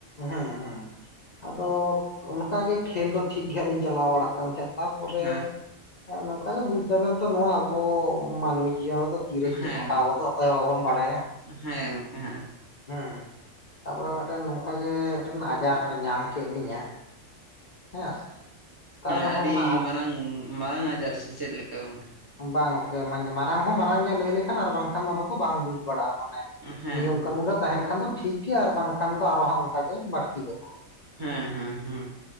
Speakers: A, on the left (about 50°); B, on the right (about 25°).
A: ᱦᱮᱸ ᱦᱮᱸ ᱟᱫᱚ ᱚᱱᱠᱟᱜᱮ ᱠᱷᱮᱞ ᱫᱚ ᱴᱷᱤᱠ ᱜᱮ ᱦᱟᱸᱜ ᱞᱤᱧ ᱪᱟᱞᱟᱣ ᱵᱟᱲᱟᱜ ᱠᱟᱱ ᱛᱟᱦᱮᱸ ᱛᱟᱨᱯᱚᱨᱮ
B: ᱦᱮᱸ
A: ᱦᱮᱸ ᱱᱚᱝᱠᱟ ᱜᱮ ᱵᱩᱡ ᱫᱟᱵᱮᱱ ᱛᱚ ᱱᱚᱣᱟ ᱟᱵᱚ ᱢᱟᱹᱱᱢᱤ ᱡᱤᱭᱚᱱ ᱨᱮᱫᱚ᱾ ᱛᱤᱨᱮ ᱪᱮᱫ
B: ᱦᱮᱸ
A: ᱜᱷᱚᱴᱟᱣ ᱜᱚᱫᱚᱜ ᱚᱠᱚᱭ ᱦᱚᱸ ᱵᱟᱵᱚᱱ ᱵᱟᱲᱟᱭᱟ᱾
B: ᱦᱮᱸ ᱜᱚᱢᱠᱮ ᱦᱮᱸᱜ ᱮ᱾
A: ᱦᱮᱸ ᱛᱟᱯᱚᱨᱮ ᱢᱤᱫᱴᱮᱱ ᱱᱚᱝᱠᱟ ᱜᱮ ᱢᱤᱫᱴᱮᱱ ᱟᱡᱟᱨ ᱧᱟᱢ ᱠᱮᱫ ᱞᱤᱧᱟᱹ᱾ ᱦᱮᱸ ᱛᱟᱣ
B: ᱦᱩᱸ
A: ᱨᱮᱦᱚᱸ
B: ᱟᱹᱰᱤ
A: ᱚᱱᱟ
B: ᱢᱟᱨᱟᱝ ᱢᱟᱨᱟᱝ ᱟᱡᱟᱨ ᱥᱮ ᱪᱮᱫ ᱞᱮᱠ <unintelligible>
A: ᱵᱟᱝ ᱜᱚᱢᱠᱮ ᱢᱟᱨᱟᱝ ᱦᱚᱸ ᱢᱟᱨᱟᱝ ᱜᱮᱭᱟ ᱞᱟᱹᱭ ᱞᱮᱠᱷᱟᱱ ᱟᱨ ᱵᱟᱝᱠᱷᱟᱱ ᱚᱱᱟ ᱫᱚ᱾ ᱵᱟᱝ ᱵᱩᱡ ᱵᱟᱲᱟᱜᱼᱟ ᱢᱟᱱᱮ
B: ᱦᱮᱸ
A: ᱱᱤᱭᱚᱢ
B: ᱦᱮᱸ
A: ᱠᱟᱹᱱᱩᱱ ᱨᱮ ᱛᱟᱸᱦᱮᱱ ᱠᱷᱟᱱ ᱫᱚ ᱴᱷᱤᱠ ᱜᱮᱭᱟ ᱟᱨ ᱵᱟᱝᱠᱷᱟᱱ ᱫᱚ ᱟᱨ ᱦᱚᱸ ᱚᱱᱠᱟᱜᱮ, ᱮᱸᱜ ᱵᱟᱲᱛᱤ ᱜᱚᱫᱚᱜᱼᱟ᱾
B: ᱦᱮᱸ ᱦᱮᱸ ᱦᱮᱸ᱾